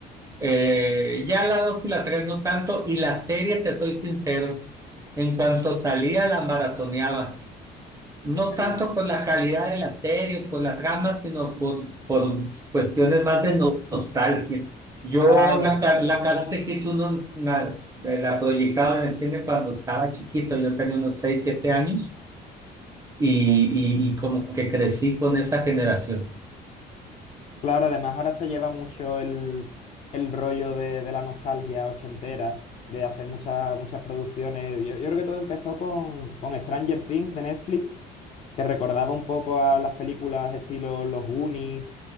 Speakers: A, on the right (about 20°); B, on the left (about 40°).
A: eh, ya la 2 y la 3 no tanto, y la serie, te soy sincero, en cuanto salía la maratoneaba. No
B: Eh,
A: tanto
B: bueno,
A: por la calidad de la serie o por la trama, sino por, por cuestiones más de no- nostalgia. Yo
B: Claro,
A: la, ca- la Karate Kid uno nas- eh, la proyectaba en el cine cuando estaba chiquito, yo tenía unos 6 7 años y, y, y como que crecí con esa generación.
B: claro. Además, ahora se lleva mucho el, el rollo de, de la nostalgia ochentera, de hacer muchas, muchas producciones. Yo, yo creo que todo empezó con, con Stranger Things de Netflix que recordaba un poco a las películas estilo Los Goonies,